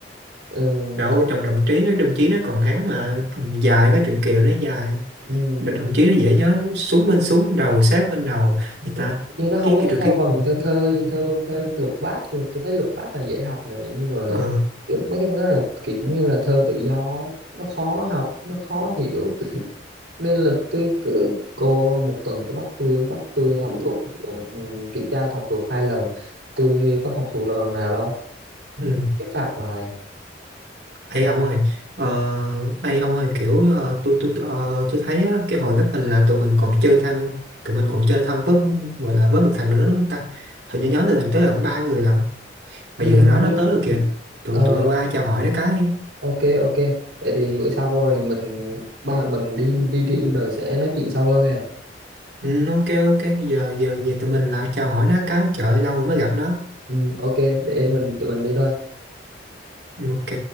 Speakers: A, on the right; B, on the right.
A: ừ,
B: đâu
A: tôi,
B: trong đồng chí nó đồng chí nó còn ngắn mà còn dài cái chuyện kiều nó dài
A: ừ,
B: Đ- đồng chí nó dễ nhớ lắm súng bên súng đầu sát bên đầu gì
A: nó-
B: ta
A: như nó không
B: cái
A: có
B: cái rồi
A: theo
B: cái
A: vần theo thơ theo theo lục bát thì tôi thấy lục bát là dễ học này nhưng mà
B: ờ
A: cái- mấy cái đó là kiểu như là thơ tự do á, nó khó học nó khó hiểu nên là tôi cứ cô một tuần có bắt tôi bắt tôi học thuộc ừ, kiểm tra học thuộc hai lần tôi có học thuộc lần nào đâu
B: ừ.
A: cái phạt hoài
B: Ê ông ơi ờ ê ông ơi kiểu ờ, tôi tôi tôi ờ, tôi thấy á, cái hồi đó mình là tụi mình còn chơi thân tụi mình còn chơi thân với gọi là với một thằng nữa đúng không ta hình như nhóm tụi mình tới gần ba người lận
A: ừ,
B: mà giờ
A: hình
B: thằng đó nó
A: như
B: tới rồi kìa tụi
A: ờ,
B: tụi mình qua chào hỏi nó cái
A: ok ok vậy thì bữa sau rồi mình ba mình đi đi riêng rồi sẽ nói chuyện sâu hơn nè
B: ừ, ok ok giờ giờ về tụi mình lại chào hỏi nó cái trời ơi, lâu rồi mới gặp nó
A: ừ, ok để mình tụi mình đi thôi
B: Ừ, ok